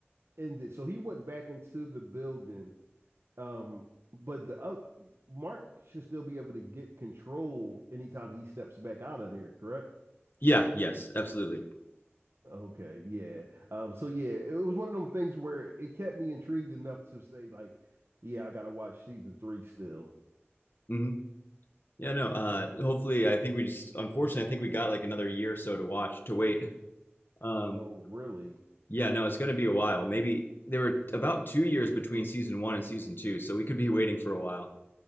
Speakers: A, on the right; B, on the left.
A: ended. So he went back into the building. Um, but the other Mark should still be able to get control anytime he steps back out of there, correct?
B: yeah, yes, absolutely.
A: Okay, yeah. Um, so yeah, it was one of them things where it kept me intrigued enough to say, like, yeah, I gotta watch season three still.
B: hmm Yeah, no. Uh, hopefully, I think we just unfortunately, I think we got like another year or so to watch to wait. Um,
A: Oh, really?
B: Yeah, no, it's going to be a while. Maybe there were about two years between season one and season two, so we could be waiting for a while.